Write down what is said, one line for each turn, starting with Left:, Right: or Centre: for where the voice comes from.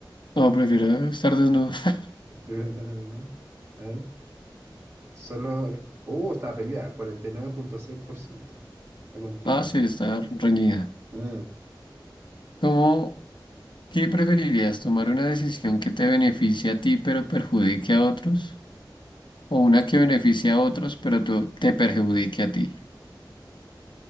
Left: No, prefiero estar desnudo. <laughs>
Right: Espérate, ¿no? A ver, solo... el- Uh, está peleada, cuarenta y nueve punto seis por ciento. Está contigo.
Left: Ah, sí, estar reñida.
Right: Ah,
Left: ¿Cómo? ¿Qué preferirías, tomar una decisión que te beneficie a ti pero perjudique a otros? ¿O una que beneficie a otros pero tú- te perjudique a ti?